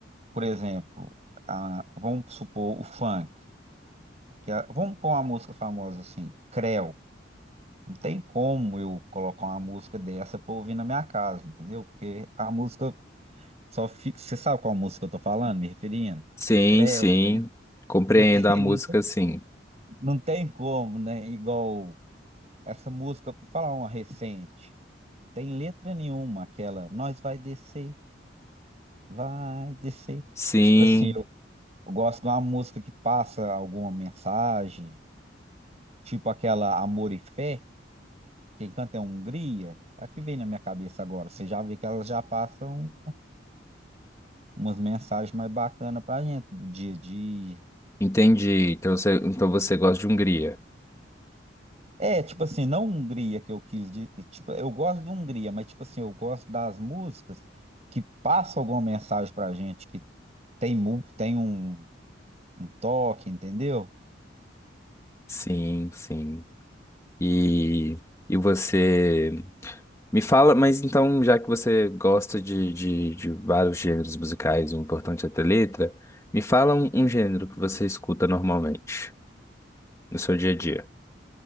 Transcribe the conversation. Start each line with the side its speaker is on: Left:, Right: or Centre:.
Right: Por exemplo, a- vamos supor o funk. que a- vamos pôr uma música famosa assim, Creu. Não tem como eu colocar uma música dessa pra ouvir na minha casa, entendeu? Porque a música só fica. Você sabe qual música eu tô falando, me referindo?
Left: Sim,
Right: Creu,
Left: sim.
Right: Creu.
Left: Compreendo
Right: Não tem,
Left: a música,
Right: não tem,
Left: sim.
Right: não tem como, né? Igual. Essa música, vou falar uma recente, não tem letra nenhuma, aquela Nós vai descer, vai descer.
Left: Sim,
Right: Tipo assim, eu, eu gosto de uma música que passa alguma mensagem, tipo aquela Amor e Fé, quem canta é Hungria, é a que vem na minha cabeça agora. Você já vê que elas já passam umas mensagens mais bacanas pra gente do dia a dia.
Left: entendi. Então você, então você gosta de Hungria.
Right: É, tipo assim, não Hungria que eu quis, di- tipo, eu gosto de Hungria, mas tipo assim, eu gosto das músicas que passam alguma mensagem pra gente, que Tem, mu- tem um, um toque, entendeu?
Left: Sim, sim. E, e você me fala, mas então, já que você gosta de, de, de vários gêneros musicais, o importante é ter letra, me fala um, um gênero que você escuta normalmente no seu dia a dia.